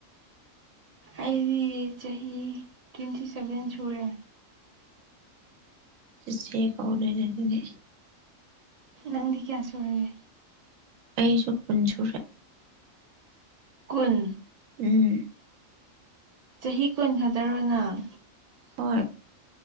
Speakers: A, on the right (about 50°); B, on the right (about 80°).
A: ꯑꯩꯗꯤ ꯆꯍꯤ ꯇ꯭ꯋꯦꯟꯇꯤ ꯁꯚꯦꯟ ꯁꯨꯔꯦ
B: ꯆꯦꯆꯦ ꯀꯧꯗꯣꯏꯅꯦ ꯑꯗꯨꯗꯤ
A: ꯅꯪꯗꯤ ꯀꯌꯥ ꯁꯨꯔꯒꯦ
B: ꯑꯩꯁꯨ ꯀꯨꯟ ꯁꯨꯔꯦ
A: ꯀꯨꯟ
B: ꯎꯝ
A: ꯆꯍꯤ ꯀꯣꯟ ꯈꯛꯇꯔꯣ ꯅꯪ
B: ꯍꯣꯏ